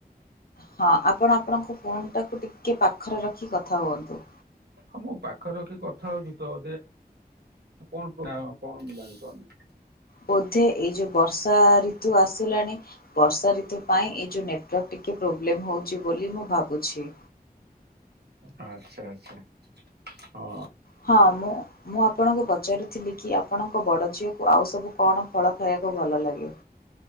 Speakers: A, on the left; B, on the right.
A: ହଁ ଆପଣ ଆପଣଙ୍କ ଫୋନ୍ ଟାକୁ ଟିକେ ପାଖରେ ରଖି କଥା ହୁଅନ୍ତୁ।
B: ହଁ ମୁଁ ପାଖରେ ରଖି କଥା ହଉଚି ତ। କଣ ଜାଣିପାରୁନ <unintelligible>
A: ବୋଧେ ଏଇ ଯୋଉ ବର୍ଷା ଋତୁ ଆସିଲାଣି। ବର୍ଷା ଋତୁ ପାଇଁ ଏଇ ଯୋଉ ନେଟ୍ୱାର୍କ ଟିକେ ପୋବ୍ଲେମ୍ ହଉଚି ବୋଲି ମୁଁ ଭାବୁଛି।
B: ଆଚ୍ଛା ଆଚ୍ଛା ହଁ।
A: ହଁ ମୁଁ। ମୁଁ ଆପଣଙ୍କୁ ପଚାରୁି ଥିଲି କି ଆପଣଙ୍କ ବଡ଼ ଝିଅକୁ ଆଉ ସବୁ କଣ ଫଳ ଖାଇବାକୁ ଭଲ ଲାଗେ।